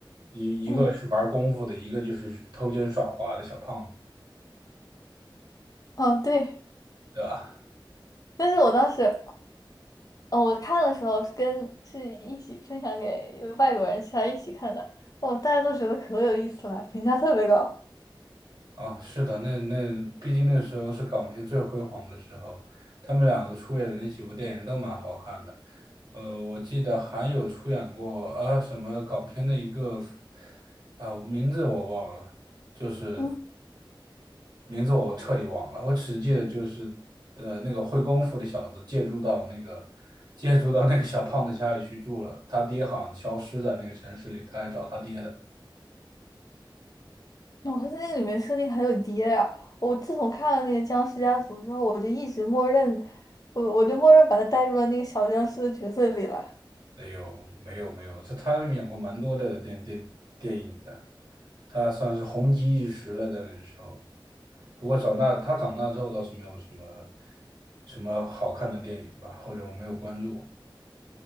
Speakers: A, on the right; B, on the left.
A: 一一个是玩功夫的，
B: 嗯
A: 一个就是偷奸耍滑的小胖子，
B: 哦对，
A: 对吧？
B: 但是我当时呃我看的时候是跟是一起分享给外国人，其他一起看的，哦大家都觉得可有意思了，评价特别高。
A: 啊，是的，那那毕竟那时候是港片最辉煌的时候，他们两个出演的那几部电影都蛮好看的。呃，我记得还有出演过啊什么港片的一个啊名字我忘了，就是
B: 嗯。
A: 名字我彻底忘了，我只记得就是的那个会功夫的小子借住到那个借住到那个小胖子家里去住了，他爹好像消失在那个城市里，他来找他爹的。
B: 我发现那个里面设定很有爹呀、我自从看了那个《僵尸家族》之后，我就一直默认，我我就默认把他带入了那个小僵尸的角色里了。
A: 哎呦，没有没有，这他演过蛮多的电电电影的，他算是红极一时了，在那时候。不过长大他长大之后倒是没有什么什么好看的电影吧，或者我没有关注。